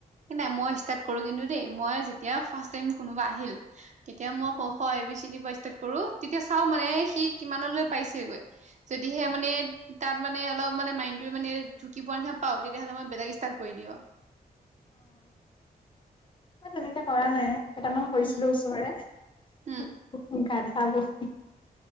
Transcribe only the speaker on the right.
নাই মই ষ্টাৰ্ট কৰো কিন্তু দেই মই যেতিয়া ফাৰ্ষ্ট টাই কোনোবা আহিল কেতিয়া মই,
ক খ এ বি চি ডি ৰ পৰা ষ্টাৰ্ট কৰো। তেতিয়া চাও মানে, সি কিমানলৈ পাইছেগৈ? যদিহে মানে তাত মানে অলপ মানে মাইন্ত মানে ঢুকি পোৱাৰ নিচিনা পাওঁ তেতিয়'লে মই বেলেগ ষ্টাট্ কৰি দিওঁ
উম,
উম,